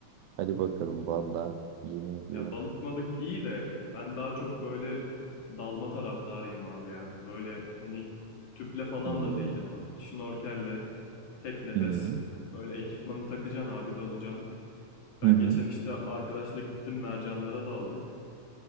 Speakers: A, on the right; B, on the left.
A: Hadi bakalım. Vallahi yemin ediyorum.
B: Ya balık malık iyi de ben daha çok böyle dalma taraftarıyım abi ya. Böyle hani tüple falan
A: Hmm.
B: da değil ama şnorkelle tek nefes
A: Hmm.
B: böyle ekipmanı takacaksın abi dalacaksın. Ben
A: Hı hı.
B: geçen işte arkadaşla gittim mercanlara daldık.